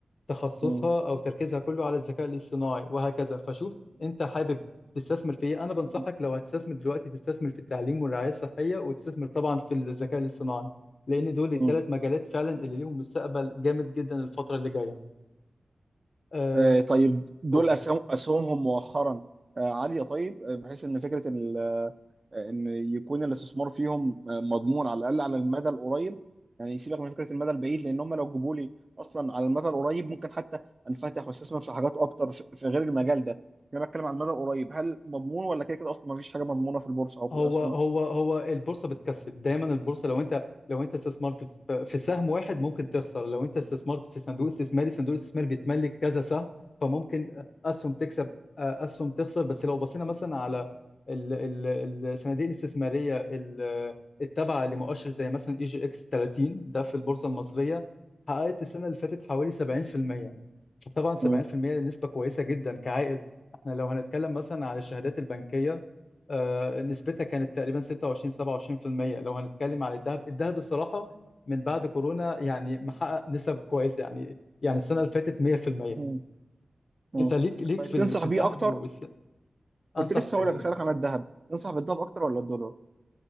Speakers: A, on the left; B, on the right.
A: تخصصها
B: مم.
A: او تركيزها كله على الذكاء الاصطناعي وهكذا فشوف انت حابب تستثمر في ايه انا بنصحك
B: مم.
A: لو هتستثمر دلوقتي تستثمر في التعليم والرعايه الصحيه وتستثمر طبعا في الذكاء الاصطناعي لان دول الثلاث
B: مم.
A: مجالات فعلا اللي ليهم مستقبل جامد جدا الفتره اللي جايه أه
B: آه طيب دول
A: قول.
B: أسهم أسهمهم مؤخرا آه عالية طيب آه، بحيث إن فكرة إن ال- آه، إن يكون الاستثمار فيهم آه، مضمون على الأقل على المدى القريب يعني سيبك من فكرة المدى البعيد لأن هم لو جابوا لي أصلا على المدى القريب ممكن حتى أنفتح وأستثمر في حاجات أكتر في في غير المجال ده يعني أنا بتكلم على المدى القريب هل مضمون ولا كده كده أصلا ما فيش حاجة مضمونة في البورصة أو في
A: هو
B: الأسهم؟
A: هو هو البورصه بتكسب دايما البورصه لو انت لو انت استثمرت في في سهم واحد ممكن تخسر لو انت استثمرت في صندوق استثماري صندوق الاستثمار بيتملك كذا سهم فممكن اسهم تكسب آه، اسهم تخسر بس لو بصينا مثلا على ال- ال- الصناديق الاستثماريه ال- التابعه لمؤشر زي مثلا اي جي اكس 30 ده في البورصه المصريه حققت السنه اللي فاتت حوالي 70% طبعا 70%
B: مم.
A: نسبه كويسه جدا كعائد احنا لو هنتكلم مثلا على الشهادات البنكيه آه، نسبتها كانت تقريبا 26 27% لو هنتكلم عن الذهب الذهب الصراحة من بعد كورونا يعني محقق نسب كويسة يعني يعني السنة اللي فاتت 100%
B: مم. مم.
A: انت ليك ليك
B: طيب
A: في
B: تنصح
A: ال- في
B: بيه
A: الذهب
B: اكتر
A: والس...
B: كنت
A: انصح
B: لسه
A: بال
B: هقول لك اسالك عن الذهب تنصح بالذهب اكتر ولا الدولار